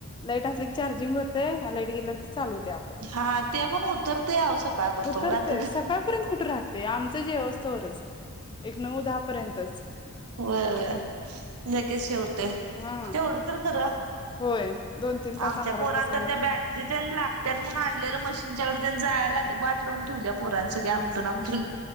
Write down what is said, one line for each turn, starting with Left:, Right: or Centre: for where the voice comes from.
Left: लाईट असलं की चार्जिंग होत ते ह्याला गेलेलात. चालू होतंय आपआप.
Right: हा ते पण उतरते आव सकाळपासून
Left: उतरतय
Right: रात्री
Left: सकाळपर्यंत कुठे राहतय आमच जेवस्थ तरच. एक नऊ दहा पर्यंतच.
Right: व्हय व्हय लगेच हे होतंय,
Left: हा
Right: तेवढं तर ख <inaudible>
Left: होय. दोन तीन तास
Right: आमच्या
Left: अंधारात
Right: पोरांनी
Left: बसायला
Right: तर
Left: लागते
Right: त्या बॅटरी तेन लागत्या म्हणुन आणलेल मशीनच्या कड जायला ते वाट लावून ठेवल्या. पोरांनी सगळे
Left: हा
Right: आपटून आपटून